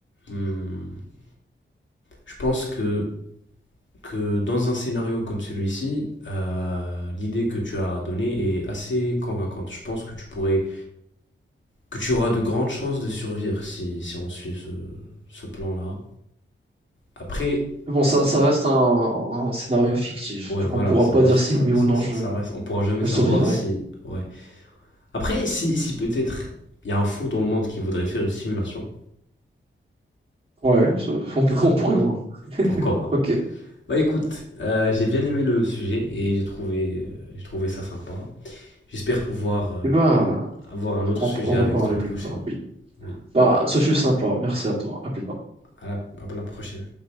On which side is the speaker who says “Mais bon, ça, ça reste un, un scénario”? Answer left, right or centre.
Right